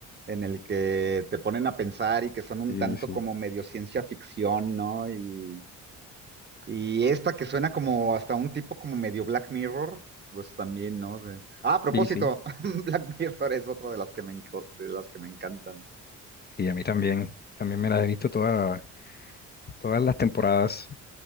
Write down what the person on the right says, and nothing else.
en el que te ponen a pensar y que son un
tanto
como medio ciencia ficción, ¿no? Y, Y esta que suena como hasta un tipo como medio Black Mirror, pues también, ¿no? De- Ah, a propósito,
<laughs> Black Mirror es otra de las que me, enco- de las que me encantan.